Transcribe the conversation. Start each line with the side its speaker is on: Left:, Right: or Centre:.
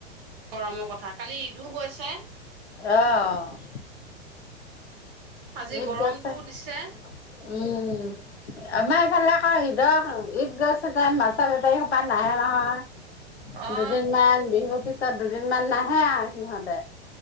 Right: গৰমৰ কথা কালি, ইটোও গৈছে।
Left: অ',
Right: আজি
Left: ঈদ
Right: গৰমটো
Left: গৈছে।
Right: দিছে।
Left: উম, আমাৰ এইফালে আকৌ ঈদৰ, ঈদ গৈছেগে মাছৰ বেপাৰী সোপা নাহে নহয়।
Right: অ
Left: দুদিনমান বিহু পিছ পিছত দুদিনমান নাহে আৰ সিহঁতে।